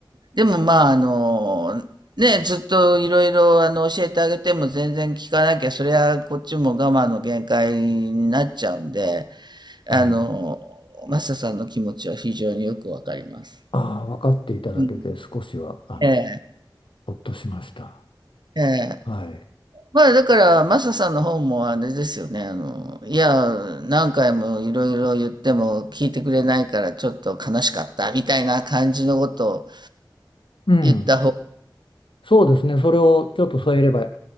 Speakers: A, on the right; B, on the left.
A: でもまあ、あの、ね、ずっといろいろあの教えてあげても全然聞かなきゃ、それはこっちも我慢の限界になっちゃうんで、あの、
B: うん。
A: マサさんの気持ちは非常によくわかります。
B: ああ、分かっていただけて少しは、
A: うん
B: あの、
A: ええ、
B: ほっとしました。
A: ええ。
B: はい。
A: まあだから、マサさんの方もあれですよね、あの、いや、何回もいろいろ言っても聞いてくれないからちょっと悲しかったみたいな感じのことを
B: うん。
A: 言った方が、
B: そうですね。それをちょっと添えれば、